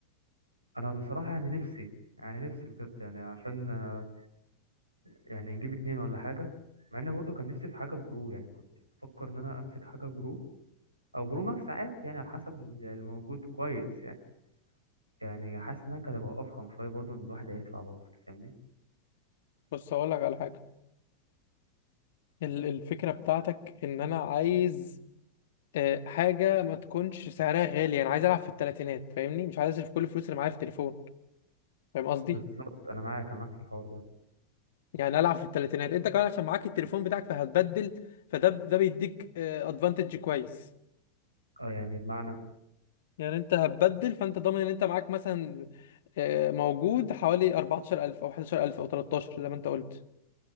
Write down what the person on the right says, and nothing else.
انا بصراحه يعني نفسي يعني نفسي بجد يعني عشان آه، يعني نجيب اتنين ولا حاجه مع ان برضه كان نفسي في حاجه برو يعني كنت بفكر ان انا امسك حاجه برو او برو ماكس ساعات يعني على حسب ال- الموجود كويس يعني يعني حاسس انها كانت هتبقى افخم شويه برضه ان الواحد هيدفع برضه أنت فاهمني
بالظبط انا معاك انا معاك في الحوار ده
اه يعني بمعنى